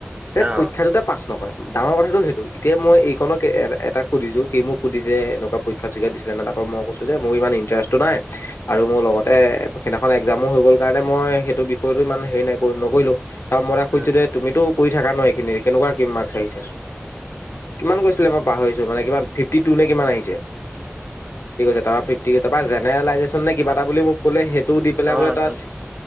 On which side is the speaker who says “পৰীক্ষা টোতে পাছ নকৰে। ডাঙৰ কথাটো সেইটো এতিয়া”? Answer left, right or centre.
Left